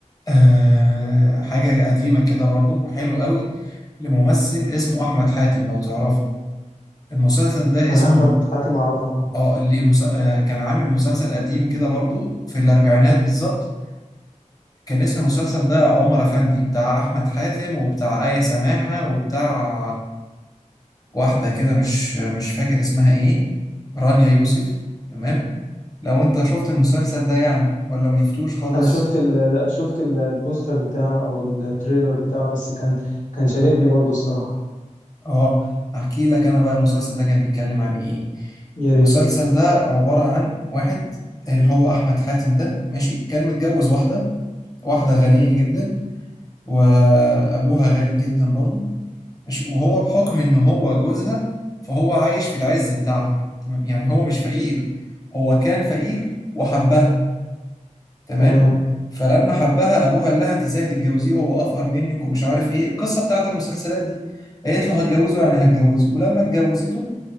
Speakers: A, on the left; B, on the left.
A: آه حاجة قديمة كده برضو حلو قوي لممثل اسمه احمد حاتم لو تعرفه المسلسل ده
B: أنا
A: اسمه
B: أحمد حاتم أعرفه أهو.
A: اه ليه المس... آه كان عامل مسلسل قديم كده برضو في الاربعينات بالظبط كان اسم المسلسل ده عمر افندي بتاع احمد حاتم وبتاع آية سماحة وبتاع واحدة كده مش مش فاكر اسمها ايه رانيا يوسف تمام لو انت شفت المسلسل ده يعني ولا ما شفتوش خالص
B: أنا شفت ال... لا شفت ال- البوستر بتاعه أو التريلر بتاعه بس كان كان شددني برضو الصراحة
A: اه احكي لك انا بقى المسلسل ده كان بيتكلم عن ايه
B: يا ريت
A: المسلسل ده عبارة عن واحد اللي هو احمد حاتم ده ماشي كان متجوز واحدة واحدة غنية جدا وأبوها غني جدا برضو ماشي وهو بحكم إن هو جوزها فهو عايش في العز بتاعها تمام يعني هو مش فقير هو كان فقير وحبها تمام
B: تمام
A: فلما حبها ابوها قال لها انت ازاي هتتجوزيه وهو افقر منك ومش عارف ايه القصه بتاعت المسلسلات دي قالت له هتجوزه يعني هتجوزه ولما اتجوزته